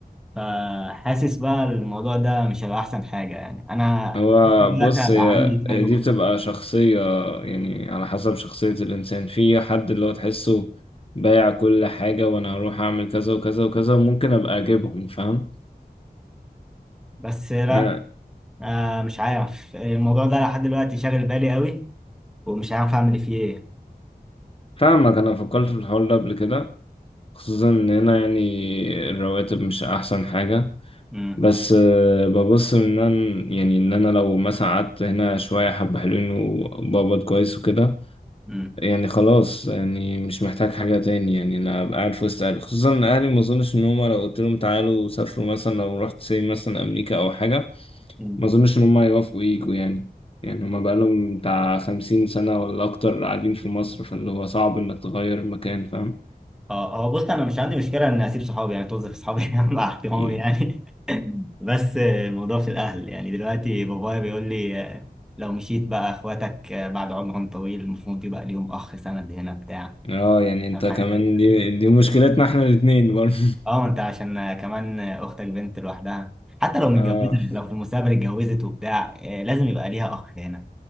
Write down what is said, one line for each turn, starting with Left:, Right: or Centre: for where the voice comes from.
Centre: فحاسس بقى الموضوع ده مش هيبقى احسن حاجه يعني انا
Left: هو
Centre: دلوقتي
Left: بص
Centre: هبقى
Left: هي
Centre: عندي تريد
Left: هي
Centre: اوف
Left: دي بتبقى شخصية يعني على حسب شخصية الإنسان في حد اللي هو تحسه بايع كل حاجة وأنا هروح أعمل كذا وكذا وكذا وممكن أبقى أجيبهم فاهم
Centre: بس لا
Left: يعني
Centre: آه مش عارف الموضوع ده لحد دلوقتي شاغل بالي قوي ومش عارف اعمل فيه ايه
Left: فاهمك أنا فكرت في الحوار ده قبل كده خصوصا إن هنا يعني الرواتب مش أحسن حاجة
Centre: امم
Left: بس آه، ببص من إن أنا يعني إن أنا لو مثلا قعدت هنا شوية حبة حلوين وبقبض كويس وكده
Centre: امم
Left: يعني خلاص يعني مش محتاج حاجة تاني يعني أنا أبقى قاعد في وسط أهلي خصوصا إن أهلي ما أظنش إن هما لو قلت لهم تعالوا سافروا مثلا لو رحت سي مثلا أمريكا أو حاجة
Centre: امم
Left: ما أظنش إن هما يوافقوا ييجوا يعني يعني هما بقالهم بتاع خمسين سنة ولا أكتر قاعدين في مصر فاللي هو صعب إنك تغير المكان فاهم
Centre: اه هو بص انا مش عندي مشكله ان اسيب صحابي يعني توظف صحابي <laughs> مع احترامي
Left: مم.
Centre: يعني بس آه، الموضوع في الاهل يعني دلوقتي بابايا بيقول لي آه، لو مشيت بقى اخواتك آه، بعد عمر طويل المفروض يبقى ليهم اخ سند هنا بتاع
Left: اه يعني انت
Centre: فاهم حاجه
Left: كمان
Centre: زي كده
Left: دي دي مشكلتنا احنا الاتنين برضه
Centre: اه انت عشان آه، كمان آه، اختك بنت لوحدها حتى
Left: <laughs>
Centre: لو متجوزه
Left: اه
Centre: لو في المستقبل اتجوزت وبتاع آه، لازم يبقى ليها اخ هنا